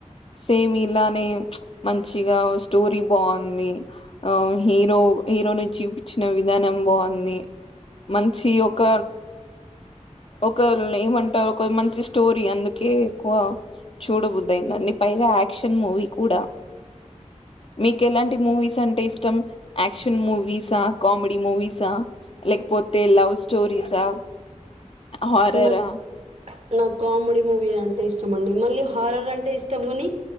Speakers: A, on the left; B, on the right.
A: సేమ్ ఇలానే మంచిగా స్టోరీ బాంది హ హీరో హీరోను చూపిచ్చిన విధానం బాంది మంచి ఒక ఒకల్లేమంటారు ఒకలు మంచి స్టోరీ అందుకే ఎక్కువ చూడబుద్ధి అయిందండి పైగా యాక్షన్ మూవీ కూడా మీకు ఎలాంటి మూవీస్ అంటే ఇష్టం. యాక్షన్ మూవీసా, కామెడీ మూవీసా. లేకపోతే లవ్ స్టోరీస్ అ హార్రర్
B: నాకు
A: ఆ
B: నాకు కామెడీ మూవి అంటె ఇష్టమండి మళ్ మల్లి హారర్ అంటే ఇష్టం కాని